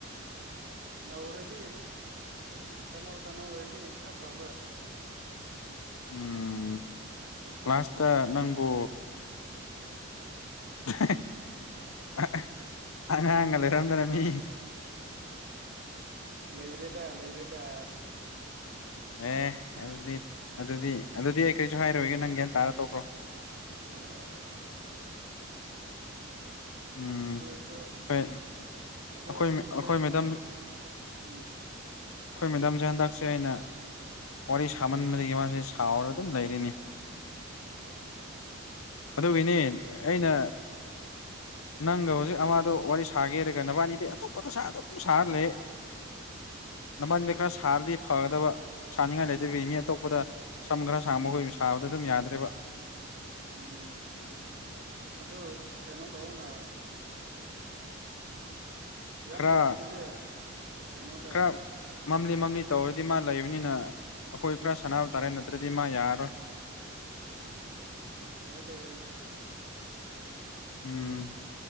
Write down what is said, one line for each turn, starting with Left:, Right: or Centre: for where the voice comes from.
Right: ꯅꯧꯔꯗꯤ ꯑꯗꯨꯝ ꯇꯅꯧ ꯇꯅꯧ ꯑꯣꯏꯔꯗꯤ ꯈꯔ ꯐꯕ
Left: ꯎꯝ ꯂꯥꯁꯇ ꯅꯪꯕꯨ <unintelligible> ꯑꯉꯥꯡꯒ ꯂꯩꯔꯝꯗꯅ ꯃꯤ
Right: ꯂꯩꯔꯦꯗ ꯂꯩꯔꯦꯗ
Left: ꯑꯦ ꯑꯗꯨꯗꯤ ꯑꯗꯨꯗꯤ ꯑꯗꯨꯗꯤ ꯑꯩ ꯀꯔꯤꯁꯨ ꯍꯥꯏꯔꯣꯏꯒꯦ ꯅꯪ ꯒ꯭ꯌꯥꯟ ꯇꯥꯔꯥ ꯇꯣꯛꯈ꯭ꯔꯣ
Right: ꯑ ꯍꯣꯏ ꯍꯣꯏ
Left: ꯎꯝ
Right: ꯑꯗꯨ ꯑꯣꯏꯔꯁꯨ
Left: ꯍꯣꯏ
Right: ꯑꯗꯨ
Left: ꯑꯈꯣꯏ
Right: ꯑꯣꯏꯔꯁꯨ ꯀꯩ
Left: ꯑꯈꯣꯏ
Right: ꯍꯥꯏꯅꯤ
Left: ꯃꯦꯗꯥꯝ ꯑꯈꯣꯏ
Right: ꯎꯝ
Left: ꯃꯦꯗꯥꯝꯁꯦ ꯍꯟꯗꯛꯁꯦ ꯑꯩꯅ ꯋꯥꯔꯤ ꯁꯥꯃꯟꯕꯗꯒꯤ ꯃꯥꯁꯦ ꯁꯥꯎꯔ ꯑꯗꯨꯝ ꯂꯩꯔꯦꯅꯦ
Right: ꯎꯝ
Left: ꯑꯗꯨꯒꯤꯅꯦ ꯑꯩꯅ ꯅꯪꯒ ꯍꯧꯖꯤꯛ ꯑꯃꯗꯣ ꯋꯥꯔꯤ ꯁꯥꯒꯦꯔꯒ ꯅꯕꯥꯅꯤꯗꯤ ꯑꯇꯣꯞꯄꯗ ꯁꯥ ꯑꯗꯨꯝ ꯁꯥꯔ ꯂꯩ <inaudible> ꯅꯕꯥꯟꯅꯤꯗ ꯈꯔ ꯁꯥꯔꯗꯤ ꯐꯒꯗꯕ ꯁꯥꯅꯤꯡꯉꯥꯏ ꯂꯩꯇꯕꯩ ꯃꯤ ꯑꯇꯣꯞꯄꯗ ꯁꯝ ꯈꯔ ꯁꯥꯡꯕ ꯃꯈꯣꯏ ꯁꯥꯕꯗ ꯑꯗꯨꯝ ꯌꯥꯗ꯭ꯔꯦꯕ
Right: ꯎꯝ ꯑꯗꯨ ꯀꯩꯅꯣ ꯇꯧꯅ ꯌꯥꯝ
Left: ꯈꯔ
Right: ꯂꯩꯔꯤꯗꯨꯗꯤ ꯀꯩꯅꯣꯗ
Left: ꯈꯔ ꯃꯝꯂꯤ ꯃꯝꯂꯤ ꯇꯧꯔꯗꯤ ꯃꯥ ꯂꯩꯕꯅꯤꯅ ꯑꯈꯣꯏ ꯈꯔ ꯁꯥꯟꯅꯕ ꯇꯥꯔꯦ ꯅꯠꯇ꯭ꯔꯗꯤ ꯃꯥ ꯌꯥꯔꯔꯣꯏ
Right: ꯎꯝ ꯌꯥꯏꯗ ꯌꯥꯏꯗ
Left: ꯎꯝ